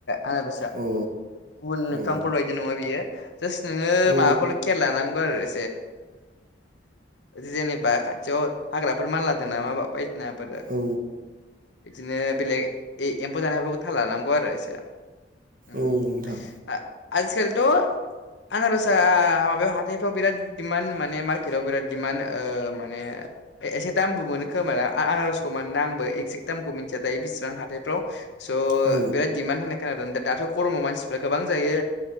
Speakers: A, on the left; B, on the right.
A: आनाबसा
B: अ
A: गुबुन बिफांफोर
B: अ औ
A: बायदि नङा बियो जास नोङो
B: औ
A: माबाखौल' खेल लानांगौ आरो जेनेबा खाथियाव हाग्राफोर मालला द नामा बायदिना <unintelligible>
B: औ
A: बिदिनो बेलेग एम्फौ जानायफोरखौ था लानांगौ आरो एसे उम
B: औ नोंथां
A: आ- आजिखालिथ' आनारसा माबायाव हाथायथ' बिराद मानहोनो माने मार्केटव बिराद दिमान्ड मे एसे दामबो मोनो खोमा आनाराखौना मानोना आंबो एकजक दामखौ मिथिया दायो बेसिबां हाथायफ्राव स'
B: औ
A: बिराद दिडिमान्ड होननाय खोनादों दाथ' गरम मानसिफ्रा गोबां जायो